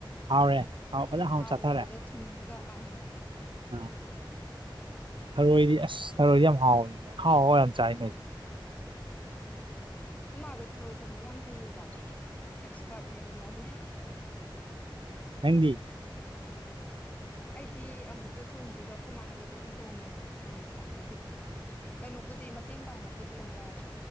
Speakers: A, on the right (about 70°); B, on the left (about 15°).
A: ꯍꯥꯎꯔꯦ ꯍꯥꯎ ꯐꯖꯅ ꯍꯥꯎꯅ
B: ꯊꯥꯎꯕꯗ
A: ꯆꯥꯊꯔꯦ
B: ꯊꯨꯝꯃꯒ ꯑꯥ
A: ꯑꯥ ꯊꯔꯣꯏꯗꯤ ꯑꯁ ꯊꯔꯣꯏꯗꯤ ꯌꯥꯝ ꯍꯥꯎꯋꯅꯦ ꯍꯥꯎ ꯍꯥꯎ ꯌꯥꯝ ꯆꯥꯏ ꯅꯣꯏꯗꯤ
B: ꯎꯝ ꯍꯃꯥꯗꯣ ꯊꯔꯣꯏ ꯊꯣꯡꯕ ꯌꯥꯝ ꯍꯩꯌꯦꯕ ꯑꯦꯛꯁꯄꯔꯠꯅꯦꯕ ꯃꯥꯗꯤ
A: ꯊꯪꯗꯤ
B: ꯑꯩꯗꯤ ꯑꯃꯨꯛꯇ ꯊꯣꯡꯗ꯭ꯔꯤꯗꯣ ꯑꯩꯈꯣꯏ ꯃꯥꯟꯅꯗ ꯑꯗꯨꯝ ꯊꯣꯡꯉꯦ ꯊꯔꯣꯏꯕꯨ ꯑꯣꯏꯔꯗꯤ ꯀꯩꯅꯣꯕꯨꯗꯤ ꯃꯇꯦꯡ ꯄꯥꯡꯕꯕꯨꯗꯤ ꯑꯗꯨꯝ ꯌꯥꯎꯕ